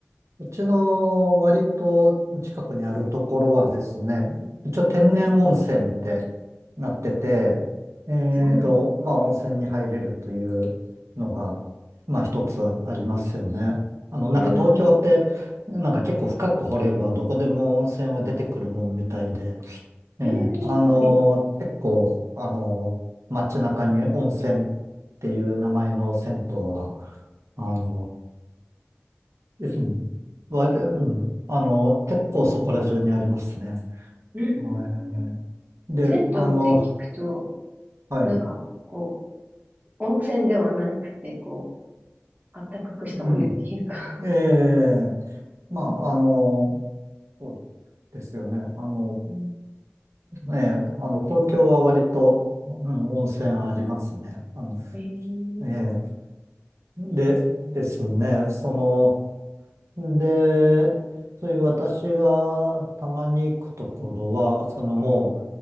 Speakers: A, on the right (about 80°); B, on the right (about 35°).
A: うちの割と近くにあるところはですね、一応天然温泉って
B: はい。
A: なってて、えーと、
B: すごい。
A: まあ温泉に入れるというのが、まあ一つありますよね。あの、なんか東京って、
B: うん。
A: なんか結構深く掘ればどこでも温泉は出てくるもんみたいで、ええ、
B: えー、
A: あのー結構、
B: はい。う
A: あのー街中に温泉っていう名前の銭湯は、あのーうんわでうんあのー結構そこら中にありますね。
B: ん。
A: はいで、
B: 銭湯って聞くと、
A: あの、はい、
B: なんか、こう、温泉ではなくて、こう、あったかくしたお湯っていうか。
A: うん。ええ、まあ、
B: うん。
A: あのそうですよね。あの、
B: うん
A: ええ、あの、東京は割と、うん、温泉ありますね。あの、
B: えー、
A: ええ、で、ですね、その、で、そういう私がたまに行くところは、そのも